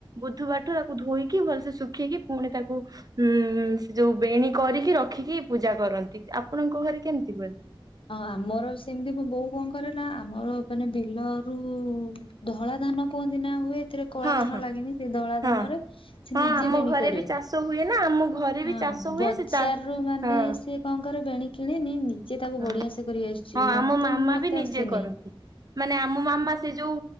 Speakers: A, on the right (about 45°); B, on the left (about 70°).
A: ବୁଧବାରଠୁ ତାକୁ ଧୁଇକି, ଭଲସେ ଶୁଖେଇକି। ପୁଣି ତାକୁ ହୁଁ, ସେ ଯୋଉ ବେଣୀ କରିକି ରଖିକି ପୂଜା କରନ୍ତି। ଆପଣଙ୍କ ଘରେ କେମତି ହୁଏ?
B: ହଁ, ଆମର ସେମିତି ମୋ ବୋଉ କଣ କରେନା, ଆମର ମାନେ ବିଲରୁ-ଉ ଧଳା ଧାନ କୁହନ୍ତି ନା ହୁଏ। ଏଥିରେ କଳା
A: ହଁ
B: ଧାନ
A: ହଁ
B: ଲାଗେନି, ସେ ଧଳା
A: ହଁ
B: ଧାନରେ, ସେ
A: ହଁ
B: ନିଜେ
A: ଆମ
B: ବେଣୀ
A: ଘରେ
B: କରେ।
A: ବି ଚାଷ ହୁଏ ନା ଆମ ଘରେ
B: ହଁ
A: ବି ଚାଷ ହୁଏ
B: ବଜ୍
A: ସେ ଚା
B: ଜାର୍ ରୁ ମାନେ
A: ହଁ
B: ସେ କଣ କରେ? ବେଣୀ କିଣେନି, ନିଜେ ତାକୁ
A: ହଁ।
B: ବଢିଆ ସେ କରି ଆସିଛି।
A: ହଁ
B: ମତେ
A: ଆମ ମାମା
B: ମତେ
A: ବି ନିଜେ
B: ଆସିନେଇଁ।
A: କରନ୍ତି। ମାନେ, ଆମ ମାମା ସେ ଯୋଉ,